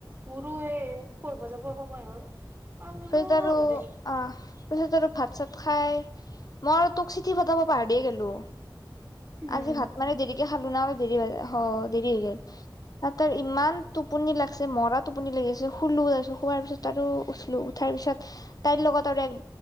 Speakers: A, on the right; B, on the left.
A: মোৰো এই পঢ়িব যাব সময় হ'ল। অ বোলো
B: পিছত আৰু
A: হ'ব দে
B: অঁ পিছত আৰু ভাত চাত খাই- মই আৰু তোক চিঠি পঠাব পাহৰিয়ে গ'লো।
A: উম
B: আজি ভাত মানে দেৰিকে খালো না অলপ দেৰি হ দেৰি হৈ গ'ল। আ তাৰ ইমান টোপনি লাগিছে মৰা টোপনি লাগিছে শুলো তাৰপিছত শোৱাৰ পিছত আৰু উঠিলো- উঠাৰ পিছত তাইৰ লগত আৰু এক-